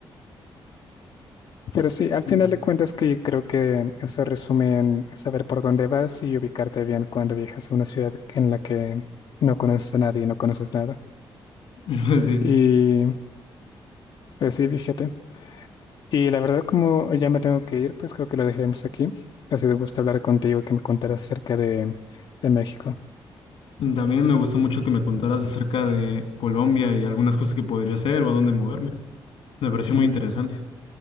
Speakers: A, on the left; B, on the left.
A: Pero sí, al final
B: Mm.
A: de cuentas que creo que eso resume en saber por dónde vas y ubicarte bien cuando viajas a una ciudad en la que no conoces a nadie y no conoces nada.
B: <laughs> Sí.
A: Y pues sí, fíjate. Y la verdad, como ya me tengo que ir, pues creo que lo dejaremos aquí. Ha sido un gusto hablar contigo y que me contaras acerca de, de México.
B: También me gustó mucho que me contaras acerca de Colombia y algunas cosas que podría hacer o a dónde moverme. Me pareció
A: Lis-
B: muy interesante.